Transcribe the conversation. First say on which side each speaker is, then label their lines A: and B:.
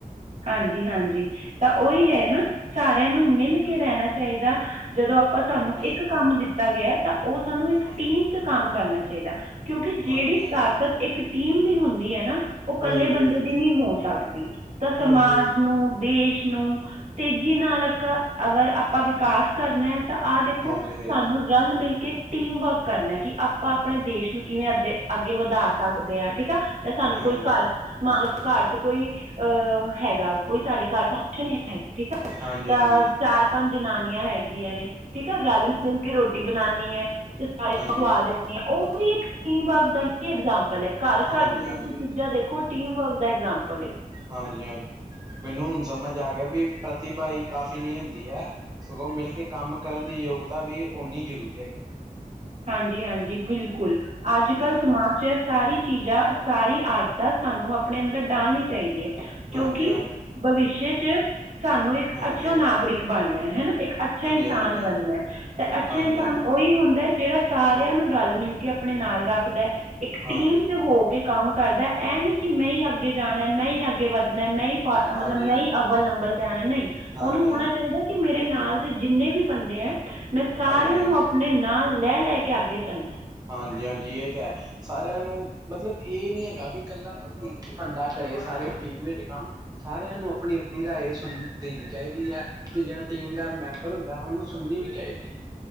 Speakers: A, on the right; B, on the right.
A: ਹਾਂਜੀ ਹਾਂਜੀ ਤਾਂ ਓਹੀ ਹੈ ਨਾ ਸਾਰਿਆਂ ਨੂੰ ਮਿਲ ਕੇ ਰੈਨਾ ਚਾਈਦਾ ਜਦੋਂ ਆਪਾਂ ਸਾਨੂੰ
B: ਹਾਂਜੀ
A: ਇੱਕ
B: ਹਾਂਜੀ
A: ਕੰਮ ਦਿੱਤਾ ਗਿਆ ਤਾਂ ਓ ਸਾਨੂੰ ਇੱਕ
B: ਹਾਂਜੀ
A: ਟੀਮ ਚ ਕੰਮ ਕਰਨਾ ਚਾਈਦਾ ਕਿਉਂਕਿ ਜੇੜੀ
B: ਹਾਂਜੀ
A: ਤਾਕਤ ਇੱਕ ਟੀਮ ਦੀ ਹੁੰਦੀ ਐਨਾ ਓ
B: ਹਾਂਜੀ
A: ਕੱਲੇ ਬੰਦੇ ਦੀ ਨੀਂ ਹੋ ਸਕਦੀ ਤਾਂ
B: ਹਾਂਜੀ
A: ਸਮਾਜ
B: ਹਾਂਜੀ
A: ਨੂੰ ਦੇਸ਼ ਨੂੰ ਤੇਜ਼ੀ ਨਾਲ ਆਕਾ ਅਗਰ ਆਪਾਂ ਵਿਕਾਸ ਕਰਨਾ ਹੈ ਤਾਂ ਆਹ ਦੇਖੋ
B: ਹਾਂਜੀ ਹਾਂਜੀ
A: ਸਾਨੂੰ ਰਲ ਮਿਲ ਕੇ ਟੀਮ ਵਰਕ ਕਰਨਾ ਕਿ ਆਪਾਂ ਆਪਣੇ ਦੇਸ਼-ੱਊ ਨੂੰ ਕਿਵੇਂ ਅੱਧੇ ਅੱਗੇ ਵਧਾ ਸਕਦੇ ਆ ਠੀਕ ਆ ਸਾਨੂੰ
B: ਹਾਂਜੀ
A: ਕੋਈ ਘਾਰ ਮੰਨ ਲਓ ਘਾਰ ਚ ਕੋਈ ਅ ਹੈਗਾ, ਕੋਈ ਸਾਡੇ ਘਰ ਫੰਕਸ਼ਨ ਹੈਗਾ ਠੀਕ ਆ
B: ਹਾਂਜੀ
A: ਤਾਂ
B: ਹਾਂਜੀ ਹਾਂਜੀ ਹਾਂਜੀ ਹਾਂਜੀ ਹਾਂਜੀ
A: ਚਾਰ-ਪੰਜ ਜਨਾਨੀਆਂ ਹੈਗੀਆਂ ਏ ਠੀਕ ਆ ਰਲ-ਮਿਲ ਕੇ ਰੋਟੀ ਬਨਾਨੀ ਐ
B: ਹਾਂ
A: ਖਵਾ ਦੇਨੀ ਏ ਓ ਵੀ ਇੱਕ ਟੀਮ ਵਰਕ ਦਾ ਈ ਐਗਜਾਮਪਲ ਐ। ਘਾਰ-ਘਾਰ
B: ਹਾਂਜੀ
A: ਚ
B: ਹਾਂਜੀ
A: ਤੁਸੀਂ ਚੀਜ਼ਾਂ ਦੇਖੋ ਟੀਮ ਵਰਕ ਦਾ ਇਗਜਾਮਪਲ ਏ।
B: ਹਾਂਜੀ-ਹਾਂਜੀ ਮੈਨੂੰ ਹੁਣ ਸਮਝ ਆ ਗਿਆ ਵੀ ਪ੍ਰਤੀਭਾ ਈ ਕਾਫ਼ੀ ਨਹੀਂ ਹੁੰਦੀ ਐ ਸਗੋਂ ਮਿਲ ਕੇ ਕੰਮ ਕਰਨ ਦੀ ਯੋਗਤਾ ਵੀ ਓਨੀ ਜ਼ਰੂਰੀ ਹੈਗੀ।
A: ਹਾਂਜੀ-ਹਾਂਜੀ ਬਿਲਕੁਲ ਆੱਜ-ਕੱਲ
B: ਹਾਂਜੀ
A: ਸਮਾਜ ਚ ਸਾਰੀ ਚੀਜ਼ਾਂ ਸਾਰੀ ਆਦਤਾਂ ਸਾਨੂੰ ਅਪਣੇ ਅੰਦਰ ਡਾਲਣੀ ਚਾਈਦੀ ਐ ਕਿਉਂਕਿ
B: ਹਾਂਜੀ ਹਾਂਜੀ
A: ਭਵਿਸ਼ਯ ਚ ਸਾਨੂੰ ਇੱਕ
B: ਹਾਂਜੀ
A: ਅੱਛਾ
B: ਹਾਂਜੀ
A: ਨਾਗਰਿਕ ਬਣਨਾ ਹੈਨਾ ਇੱਕ ਅੱਛਾ ਇਨਸਾਨ
B: ਹਾਂਜੀ ਹਾਂਜੀ
A: ਬਣਨਾ
B: ਹਾਂਜੀ
A: ਐ ਤੇ ਅੱਛਾ
B: ਹਾਂਜੀ
A: ਇਨਸਾਨ ਓਹੀ ਹੁੰਦਾ ਜੇੜਾ ਸਾਰਿਆਂ ਨੂੰ ਰਲ-ਮਿਲ ਕੇ ਅਪਨੇ ਨਾਲ ਰੱਖਦਾ ਇੱਕ
B: ਹਾਂਜੀ
A: ਟੀਮ ਤੇ ਹੋ ਕੇ ਕੰਮ ਕਰਦਾ ਐ ਨੀ ਕਿ ਮੈਂ ਈ ਅੱਗੇ ਜਾਣਾ ਮੈਂ ਈ ਅੱਗੇ ਵੱਦ ਨਾ, ਮੈਂ ਈ ਪਾ ਮਤਲਬ
B: ਹਾਂਜੀ ਹਾਂਜੀ ਹਾਂਜੀ
A: ਮੈਂ
B: ਹਾਂਜੀ
A: ਈ ਅਵਲ ਨੰਬਲ ਤੇ ਆਨਾ ਨਈ
B: ਹਾਂਜੀ
A: ਓਨੂੰ ਹੋਨਾ ਚਾਈਦਾ ਕਿ ਮੇਰੇ ਨਾਲ ਦੇ ਜਿੰਨੇ ਵੀ ਬੰਦੇ ਐ ਮੈਂ ਸਾਰਿਆਂ
B: ਹਾਂਜੀ ਹਾਂਜੀ
A: ਨੂੰ ਅਪਨੇ ਨਾਲ ਲੈ-ਲੈ ਕੇ ਅ ਆੱਗੇ ਚੱਲਨਾ
B: ਹਾਂਜੀ-ਹਾਂਜੀ ਏ ਤਾਂ ਹੈ ਸਾਰਿਆਂ ਨੂੰ ਮਤਲਬ ਏ ਨੀ ਹੈਗਾ ਵੀ ਕੱਲਾ ਇੱਕ ਈ ਬੰਦਾ ਕਰੇ ਸਾਰੀ ਟੀਮ ਵਿੱਚ ਕੰਮ ਸਾਰਿਆਂ ਨੂੰ ਅਪਨੀ-ਅਪਨੀ ਰਾਏ ਸੁਣ, ਦੇਣੀ ਚਾਈਦੀ ਐ ਤੇ ਜੇੜਾ ਟੀਮ ਦਾ ਮੈਂਬਰ ਹੁੰਦਾ ਓਨੂੰ ਸੁਣਨੀ ਵੀ ਚਾਈਦੀ ਏ।